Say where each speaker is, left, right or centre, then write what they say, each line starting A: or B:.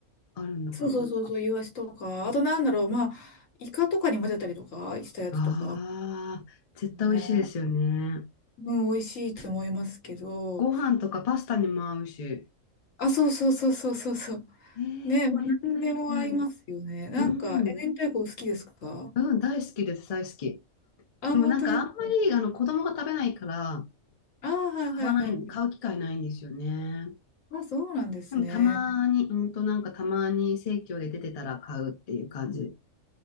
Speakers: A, on the left; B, on the left.
A: あるのかな。
B: そうそうそうそう、イワシとか、あとなんだろう、まあ、イカとかに混ぜたりとかしたやつとか、
A: ああ、絶対美味しいですよね。
B: ねうん、美味しいと思いますけど、
A: ご飯とかパスタにも合うし。
B: あ、そうそうそうそうそうそう。
A: ええ明太子。
B: ね、まあ、何でも合いますよね。なんか、
A: うん。
B: え、明太子お好きですか
A: うん、大好きです、大好き。
B: あ、
A: でもなんかあんまり、
B: 本当ですか
A: あの、子供が食べないから、
B: あ、はいはいはい。
A: 買わない、買う機会ないんですよね。
B: あ、そうなんですね。
A: でもたまに、うんとなんかたまに生協で出てたら買うっていう感じ。